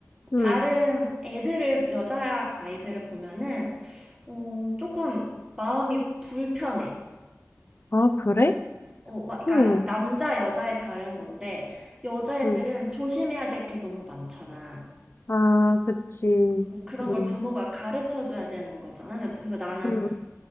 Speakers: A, on the left; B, on the right.
A: 응.
B: 다른 애들을, 여자 아이들을 보면은, 어, 조금 마음이 불편해.
A: 아, 그래?
B: 어, 막, 그러니까
A: 응,
B: 남자, 여자에 다른 건데, 여자애들은
A: 응.
B: 조심해야 될 게 너무 많잖아.
A: 아, 그치.
B: 음, 그런
A: 응,
B: 걸 부모가 가르쳐 줘야 되는 거잖아. 그래서 나는
A: 응,